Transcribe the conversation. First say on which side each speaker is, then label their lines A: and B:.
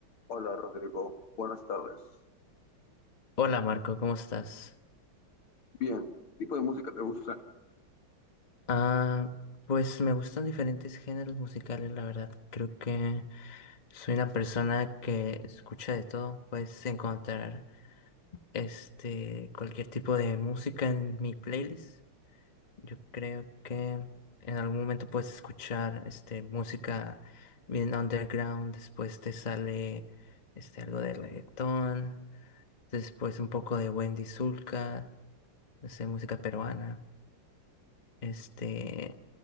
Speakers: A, on the left; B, on the left.
A: Hola Rodrigo, buenas tardes.
B: Hola Marco, ¿cómo estás?
A: Bien, ¿qué tipo de música te gusta?
B: Ah, pues me gustan diferentes géneros musicales, la verdad. Creo que soy una persona que escucha de todo. Puedes encontrar este cualquier tipo de música en mi playlist. Yo creo que en algún momento puedes escuchar este, música bien underground, después te sale este, algo de reggaetón, después un poco de Wendy Zulka, no sé, música peruana. Este,